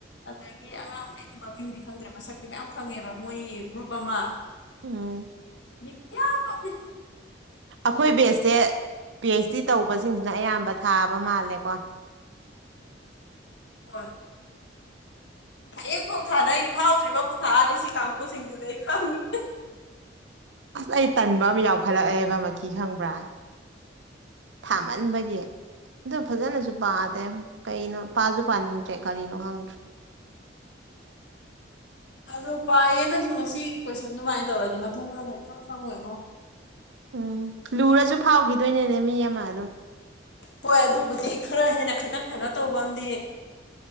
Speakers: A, on the left; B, on the right.
A: ꯑꯗꯒꯤ ꯑꯉꯥꯡ ꯑꯩꯅ ꯃꯃꯤꯡꯗꯤ ꯈꯪꯗ꯭ꯔꯦ ꯃꯁꯛꯇꯤ ꯃꯌꯥꯝ ꯈꯪꯉꯦꯕ ꯃꯣꯏꯒꯤ ꯒ꯭ꯔꯨꯞ ꯑꯃ
B: ꯎꯝ
A: ꯄꯤꯌꯥ ꯀꯁ
B: ꯑꯩꯈꯣꯏ ꯕꯦꯁꯁꯦ ꯄꯤ ꯑꯩꯩꯆ ꯗꯤ ꯇꯧꯕꯁꯤꯡꯁꯤꯅ ꯑꯌꯥꯝꯕ ꯊꯥꯕ ꯃꯥꯜꯂꯦꯀꯣ
A: ꯑꯣ ꯍꯌꯦꯡꯐꯣꯛ ꯊꯥꯅ ꯑꯩꯅ ꯐꯥꯎꯗ꯭ꯔꯤꯕ ꯄꯨꯁꯥꯅꯤ ꯁꯤ ꯀꯥꯡꯕꯨꯁꯤꯡꯗꯨꯗꯤ ꯑꯩ ꯐꯪꯉꯦ
B: ꯑꯁ ꯑꯩ ꯇꯟꯕ ꯑꯃ ꯌꯥꯎꯈꯠꯂꯛꯑꯦꯕ ꯃꯈ ꯈꯪꯕ꯭ꯔꯥ ꯊꯥꯃꯟꯕꯒꯤ ꯑꯗꯨ ꯐꯖꯅꯁꯨ ꯄꯥꯗꯦ ꯀꯩꯅꯣ ꯄꯥꯁꯨ ꯄꯥꯅꯤꯡꯗ꯭ꯔꯦ ꯀꯔꯤꯅꯣ ꯈꯪꯗ꯭ꯔꯦ
A: ꯑꯣ ꯄꯥꯏꯌꯦꯅꯁꯨ ꯉꯁꯤꯒꯤ ꯀꯣꯏꯁꯟ ꯑꯗꯨꯃꯥꯏꯅ ꯇꯧꯔꯗꯤ ꯃꯊꯪ ꯃꯔꯝꯛꯇꯪ ꯈꯪꯉꯣꯏꯀꯣ
B: ꯎꯝ ꯂꯨꯔꯁꯨ ꯐꯥꯎꯈꯤꯗꯣꯏꯅꯦꯅꯦ ꯃꯤ ꯑꯃ ꯑꯗꯨꯝ
A: ꯍꯣꯏ ꯑꯗꯨꯕꯨꯗꯤ ꯈꯔ ꯍꯦꯟꯅ ꯈꯤꯇꯪ ꯀꯩꯅꯣ ꯇꯧꯕꯝꯗꯤ